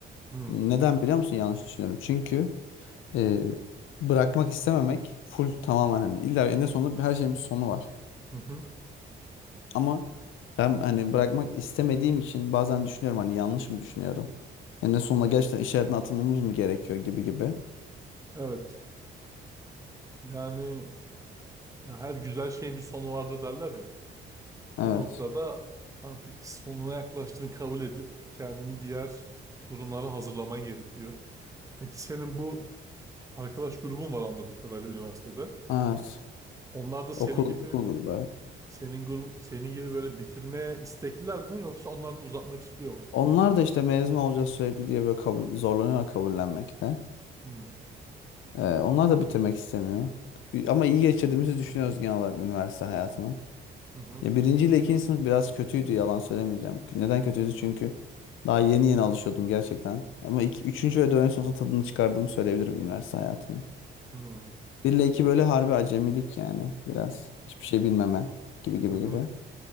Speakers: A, on the right (about 15°); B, on the left (about 80°).
A: hmm,
B: Neden biliyor musun yanlış düşünüyorum? Çünkü e, bırakmak istememek full tamamen hani illa en sonunda her şeyin bir sonu var.
A: hı hı.
B: Ama ben hani bırakmak istemediğim için bazen düşünüyorum hani yanlış mı düşünüyorum? En sonunda gerçekten iş hayatına atılmamız mı gerekiyor gibi gibi.
A: Evet. Yani ya her güzel şeyin bir sonu vardır derler ya.
B: Evet.
A: Bir noktada artık sonuna yaklaştığını kabul edip kendini diğer durumlara hazırlaman gerekiyor. Peki senin bu arkadaş grubum var anladığım kadarıyla üniversitede.
B: Evet.
A: Onlar da senin
B: Okul,
A: gibi
B: okul grubu
A: senin grubu senin gibi böyle bitirmeye istekliler mi yoksa onlar da uzatmak istiyor mu?
B: Onlar da işte mezun olacağız sürekli diye böyle kabul, zorlanıyorlar kabullenmekte.
A: Hmm.
B: Ee, onlar da bitirmek istemiyor. Ü- Ama iyi geçirdiğimizi düşünüyoruz genel olarak üniversite hayatını.
A: Hı hı.
B: Ya birinci ile ikinci sınıf biraz kötüydü yalan söylemeyeceğim. Neden kötüydü?
A: Hı hı.
B: Çünkü daha yeni yeni alışıyordum gerçekten. Ama iki, üçüncü ve dördüncü sınıfta tadını çıkardığımı söyleyebilirim üniversite hayatımın.
A: Hı hı.
B: Bir ile iki böyle harbi acemilik yani biraz. Hiçbir şey bilmeme gibi gibi
A: Hı
B: gibi.